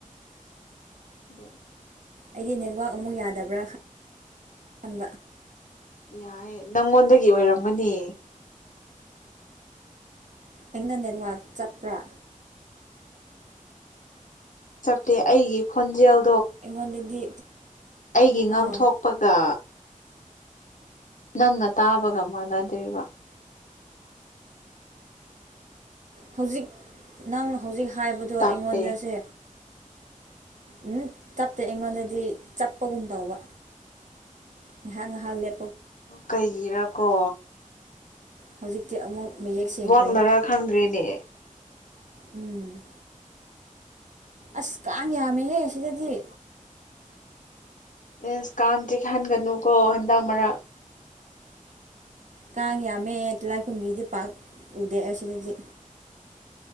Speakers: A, on the left; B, on the right.
A: ꯑ
B: ꯑꯩꯗꯤ ꯅꯦꯠꯋꯥꯛ ꯑꯃꯨꯛ ꯌꯥꯗꯕ꯭ꯔꯥ ꯈꯕ
A: ꯌꯥꯏ ꯅꯪꯉꯣꯟꯗꯒꯤ ꯑꯣꯏꯔꯝꯒꯅꯤ
B: ꯑꯩꯅ ꯅꯦꯠꯋꯥꯛ ꯆꯠꯄ꯭ꯔꯥ
A: ꯆꯞꯇꯦ ꯑꯩꯒꯤ ꯈꯣꯟꯖꯦꯜ
B: ꯑꯩꯉꯣꯟꯗꯗꯤ
A: ꯑꯩꯒꯤ ꯉꯥꯡꯊꯣꯛꯄꯒ
B: ꯑꯥ
A: ꯅꯪꯅ ꯇꯥꯕꯒ ꯃꯥꯟꯅꯗ꯭ꯔꯦꯕ
B: ꯍꯧꯖꯤꯛ ꯅꯪ ꯍꯧꯖꯤꯛ ꯍꯥꯏꯕꯗꯣ
A: ꯇꯞꯄꯦ
B: ꯑꯩꯉꯣꯟꯗꯁꯦ ꯎꯝ ꯆꯞꯠꯇꯦ ꯑꯩꯉꯣꯟꯗꯗꯤ ꯆꯠꯄꯒꯨꯝ ꯇꯧꯕ ꯉꯥꯏꯍꯥꯛ ꯉꯍꯥꯛ ꯂ
A: ꯀꯩꯒꯤꯔꯥꯀꯣ
B: ꯍꯧꯖꯤꯛꯇꯤ ꯑꯃꯨꯛ ꯃꯌꯦꯛ
A: ꯅꯦꯠꯋꯥꯛꯅꯔ
B: ꯁꯦꯡꯈ꯭ꯔꯦ
A: ꯈꯪꯗ꯭ꯔꯔꯤꯅꯦ
B: ꯎꯝ ꯑꯁ ꯀꯥꯟ ꯌꯥꯝꯃꯦꯍꯦ ꯁꯤꯗꯗꯤ
A: ꯑꯦꯁ ꯀꯥꯡ ꯆꯤꯍꯟꯒꯅꯨ ꯀꯣ ꯍꯟꯗꯛ ꯃꯔꯛ
B: ꯀꯥꯡ ꯌꯥꯝꯃꯦ ꯂꯥꯏꯈꯨꯝꯕꯤꯗꯤ ꯄꯥꯛ ꯎꯗꯦ ꯑꯁꯤꯅꯗꯤ